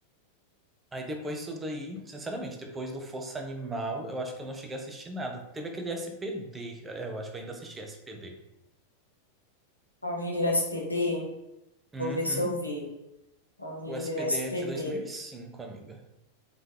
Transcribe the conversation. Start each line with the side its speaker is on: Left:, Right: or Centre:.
Right: Aí depois disso daí, sinceramente, depois do Força Animal, eu acho que eu não cheguei a assistir nada. Teve aquele SPD, eu acho que eu ainda assisti SPD.
Left: Ah, O Ranger SPD,
Right: Uhum.
Left: vou ver se eu vi. Ranger
Right: O SPD
Left: SPD.
Right: é de dois mil e cinco, amiga.